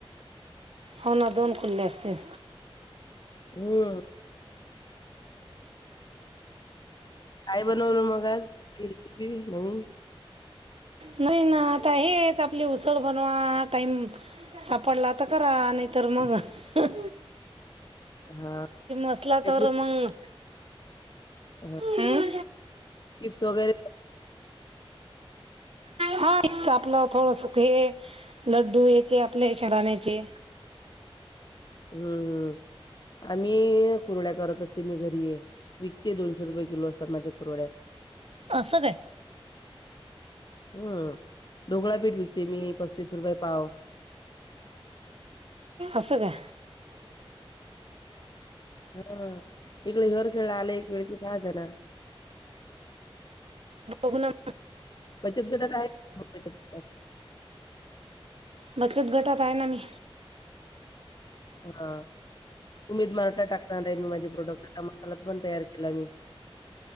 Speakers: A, on the right; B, on the left.
A: हो ना दोन खुल्ल्या असत्यात.
B: हं काय बनवलं मग आज कुट्ली रीसिपी नवीन?
A: न्हैना आता हेच आपली उसळ बनवाआ टाईम सापडला तर करा नाईतर मग हम्म.
B: हां <unintelligible>
A: असला तर मग
B: अंह
A: हम्म
B: चिप्स वगैरे.
A: हां इतकी आपल थोडंस ते लड्डू हेचे आपले शेंगाण्याचे.
B: हम्म हम्म आमीइ कुर्ड्या करत असते मी घरी. विकते दोनशे रुपये किलो असतात माझ्या कुरोड्या.
A: असं काय?
B: हम्म ढोकळापीठ विकते मी पस्तीस रुपे पाव.
A: अस काय.
B: हा इकडे हर खेळ आले एक वेळ कि पाहा जण
A: आघण <unintelligible>
B: बचत गटात आहे बचत गटात
A: बचत गटात आहे ना मी.
B: हा. उमेद मार्ट ला टाकणार आहे मी माझे प्रोडक्ट आता मसाला तर पण तयार केला मी <inaudible>